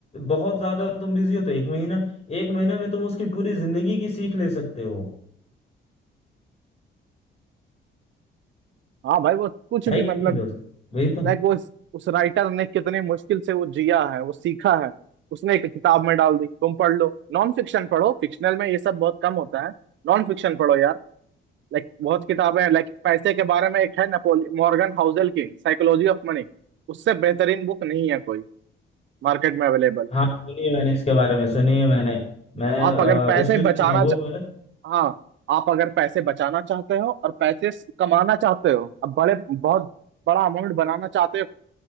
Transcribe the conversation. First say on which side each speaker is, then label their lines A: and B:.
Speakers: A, on the left (about 40°); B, on the right (about 70°).
A: बहुत ज्यादा तुम बिजी हो तो एक महीना एक महीना में तुम उसकी पूरी जिंदगी की सीख ले सकते हो
B: हाँ भाई वो कुछ भी
A: है कि
B: मतलब
A: नहीं दोस्त वही तो
B: लाइक वो इस- उस राइटर ने कितने मुश्किल से वो जिया है वो सीखा है उसने एक किताब में डाल दी तुम पढ़ लो नॉन फिक्शन पढ़ो फिक्शनल में ये सब बहुत कम होता है नॉन फिक्शन पढ़ो यार लाइक बहुत किताबें हैं लाइक पैसे के बारे में एक है नेपोलियन मॉर्गन हाउसेल की साइकोलॉजी ऑफ मनी उससे बेहतरीन बुक नहीं है कोई मार्केट में अवेलेबल
A: हाँ सुनिए मैंने इसके बारे में सुनिए मैंने मैं
B: आप अगर पैसे
A: विश लिस्ट
B: बचाना
A: में है वो
B: चा...
A: मेरा
B: हाँ आप अगर पैसे बचाना चाहते हो और पैसे स- कमाना चाहते हो अब बड़े बहुत बड़ा अमाउंट बनाना चाहते हो